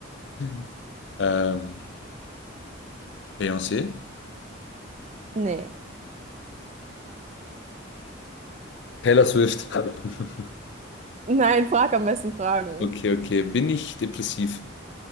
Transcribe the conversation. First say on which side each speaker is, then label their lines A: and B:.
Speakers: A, on the left; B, on the right.
A: <laughs> ähm, Beyoncé?
B: Nee.
A: Taylor Swift. <laughs>
B: <laughs> Nein, frag am besten Fragen.
A: Okay, okay. Bin ich depressiv?